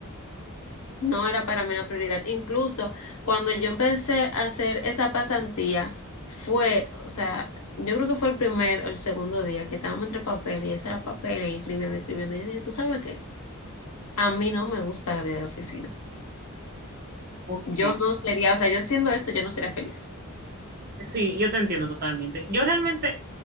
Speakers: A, on the left; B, on the right.
A: No era para mí una prioridad. Incluso cuando yo empecé a hacer esa pasantía, fue, o sea, yo creo que fue el primer o el segundo día que estábamos entre papel y eso era papel y escribiendo, escribiendo. Y yo dije, ¿tú sabes qué? A mí no me gusta la vida de oficina.
B: Ok.
A: Yo no sería, o sea, yo siendo esto, yo no sería feliz.
B: Sí, yo te entiendo totalmente. Yo realmente